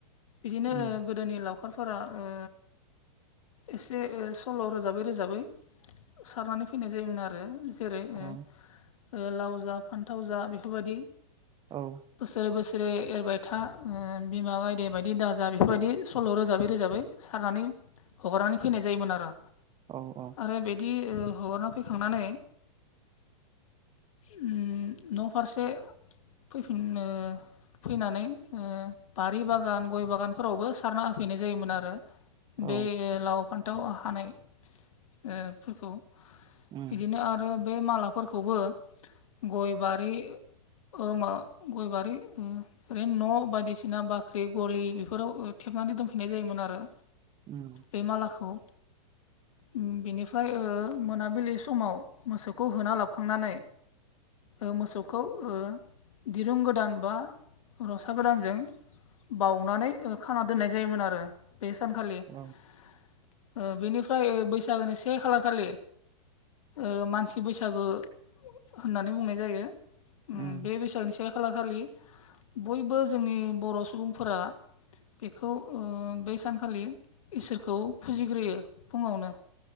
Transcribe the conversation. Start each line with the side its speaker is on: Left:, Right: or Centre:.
Left: बिदिनो
Right: उम
Left: गो दोनि लावखारफोरा ओ एसे सल' रोजाबै रोजाबै सारनानै फैनाय जायोमोन आरो जेरै ओ
Right: अ
Left: ओ लाव जा फानथाव जा बेफोरबायदि
Right: औ
Left: बोसोरे बोसोरे एरबाय था बिमा गायदे बायदि दाजा बेफोरबायदि सल' रोजाबै रोजाबै सारनानै हगारनानै फैनाय जायोमोन आरो
Right: औ औ
Left: आरो बिदि ओ हगारना फैखांनानै ओम न'फारसे फैफिननो फैनानै ओ बारि बागान गय बागानफोरावबो सारना होफैनाय जायोमोन आरो
Right: औ
Left: बे लाव फानथाव हानाय ओ फोरखौ
Right: उम
Left: बिदिनो आरो बे मालाफोरखौबो गय बारि ओ मा गयबारि ओ ओरैनो न' बायदिसिना बाख्रि गलि बेफोराव थेबनानै दोनफैनाय जायोमोन आरो
Right: ओम
Left: बे मालाखौ ओम बेनि फ्राय ओ मोनाबिलि समाव मोसौखौ होना लाबखांनानै ओ मोसौखौ ओ दिरुं गोदान बा रसा गोदानजों बाउनानै खाना दोननाय जायोमोन आरो बे सानखालि ओ
Right: औ
Left: बेनिफ्राय ओ बैसागोनि से खालार खालि ओ मानसि बैसागो होननानै बुंनाय जायो
Right: उम
Left: बैसागनि से खालारखालि बयबो जोंनि बर' सुबुंफोरा बेखौ ओ बै सानखालि इसोरखौ फुजिग्रोयो फुङावनो